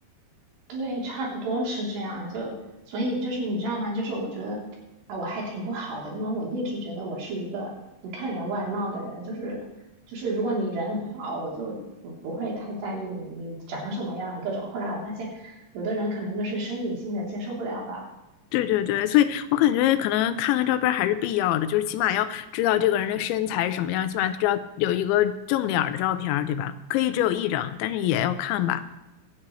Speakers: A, on the right (about 65°); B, on the left (about 85°).
A: 对，差不多是这样。就所以就是你知道吗？就是我觉得啊，我还挺不好的，因为我一直觉得我是一个不看人外貌的人。就是就是，如果你人好，我就不不会太在意你你长什么样各种。后来我发现，有的人可能就是生理性的接受不了吧。
B: 对对对，所以我感觉可能看看照片儿还是必要的，就是起码要知道这个人的身材是什么样，起码知道有一个正脸儿的照片儿，对吧？可以只有一张，但是也要看吧。